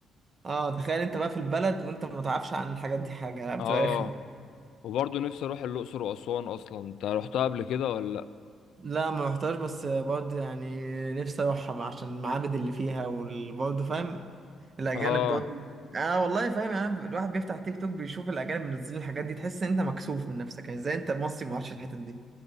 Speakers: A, on the right; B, on the left.
A: اه تخيل انت بقى في البلد وانت ما تعرفش عن الحاجات دي حاجة لا بتبقى
B: اه
A: رخمة
B: وبرضو نفسي اروح الاقصر واسوان اصلا انت رحتها قبل كده ولا لا
A: لا ما رحتهاش بس برضه يعني نفسي اروحها عشان المعابد اللي فيها وبرضه فاهم الاجانب
B: اه
A: برضه اه والله فاهم يعني الواحد بيفتح تيك توك بيشوف الاجانب منزلين الحاجات دي تحس ان انت مكسوف من نفسك يعني ازاي انت مصري ما رحتش الحتت دي